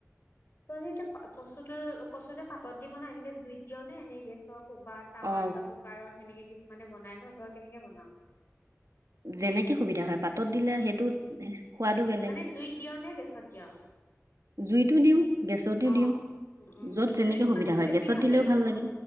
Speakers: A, on the left (about 45°); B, on the right (about 80°).
A: তই যে এতিয়া কচুটো কচু যে পাতত দিব না এনেকে জুইত দিয় নে এনেই গেছক কোবাত টাৱাত
B: অ
A: বা কুকাৰত সেনেকে কিছুমান মানে বনাই ন তই কেনেকে বনাও
B: যেনেকে সুবিধা হয় পাত ত দিলে সেইটো সোৱাদো বেলেগ
A: মানে জুইত দিয়ওঁ নে গেছত দিয়?
B: জুইতো দিওঁ, গেছতো
A: অ
B: দিওঁ
A: উম উম
B: যত যেনেকে
A: জুইত
B: সুবিধা
A: খোৱাতটো
B: হয়
A: বেছি
B: গেছত দিলেও
A: লাগিব
B: ভাল লাগে
A: ন